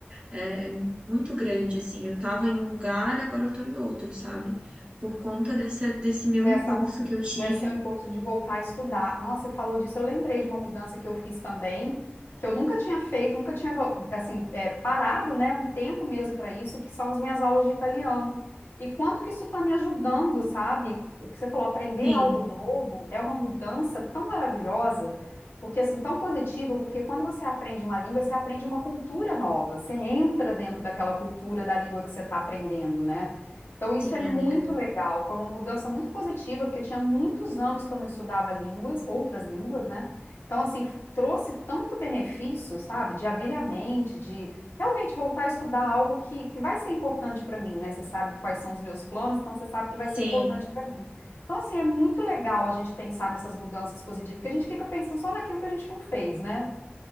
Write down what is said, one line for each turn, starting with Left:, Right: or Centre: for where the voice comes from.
Right: eh, muito grande, assim. Eu estava em um lugar, agora eu estou em outro, sabe? Por conta dessa, desse meu
Left: Dessa,
Right: impulso
Left: mu-
Right: que eu tive.
Left: desse seu impulso de voltar a estudar. Nossa, você falou disso, eu lembrei
Right: Hum.
Left: de uma mudança que eu fiz também, que eu nunca tinha feito, nunca tinha, assim, é, parado, né, um tempo mesmo para isso, que são as minhas aulas de italiano. E quanto que isso está me ajudando, sabe? O que você falou, aprender
Right: Sim,
Left: algo novo é uma mudança tão maravilhosa, porque assim, tão positiva, porque quando você aprende uma língua, você aprende uma cultura nova, você entra dentro daquela cultura da língua que você está aprendendo, né? Então, isso
Right: sim,
Left: é muito
Right: amiga.
Left: legal. Foi uma mudança muito positiva, porque tinha muitos anos que eu não estudava línguas, outras línguas, né? Então, assim, f- trouxe tanto benefício, sabe? De abrir a mente, de realmente voltar a estudar algo que, que vai ser importante para mim, né? Você sabe quais são os meus planos, então você sabe que vai ser
Right: Sim,
Left: importante para mim. Então, assim, é muito legal a gente pensar nessas mudanças positivas, porque a gente fica pensando só naquilo que a gente não fez, né?